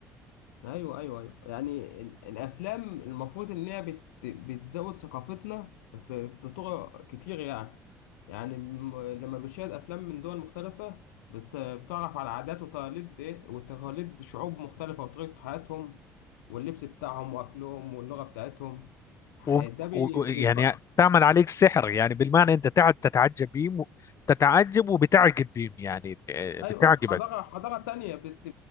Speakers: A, on the left; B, on the left.
A: ايوه ايوه ايوه يعني ال- الافلام المفروض ان هي بت بتزود ثقافتنا في بطرق كتير يعني يعني م- لما بتشاهد افلام من دول مختلفه بت بتعرف على عادات وتقاليد ايه وتقاليد شعوب مختلفه وطريقه حياتهم واللبس بتاعهم واكلهم واللغه بتاعتهم ح-
B: و-
A: ده بي
B: و- و-
A: بيف...
B: يعني تعمل عليك سحر يعني بالمعنى انت تقعد تتعجب بيهم و- تتعجب وبتعجب بيهم يعني آه، بتعجبك
A: ايوه حضاره حضاره تانية بت